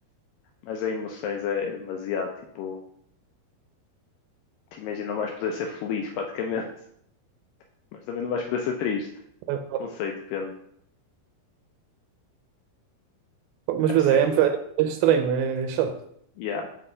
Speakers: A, on the left; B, on the right.
A: Mas as emoções é demasiado, tipo, te imagina, não vais poder ser feliz praticamente, mas também não vais poder ser triste.
B: É,
A: Não sei, depende.
B: Mas, mas
A: Acho,
B: é, é, um bocado- é estranho, é, é chato.
A: yeah.